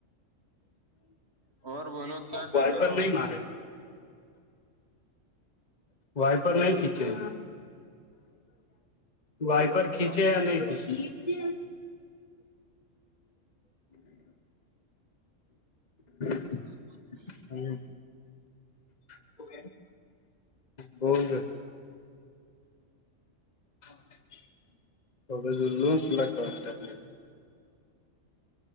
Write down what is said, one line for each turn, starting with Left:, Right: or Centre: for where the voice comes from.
Right: اور بولو کیا کر
Left: وائ
Right: رہے
Left: پر
Right: ہو
Left: نہیں
Right: ابھی
Left: مارے وائپر نہیں کھینچے وائپر کھیچے نہیں کھیچے <inaudible>
Right: <inaudible>
Left: ہاں <inaudible> بول رہ <inaudible>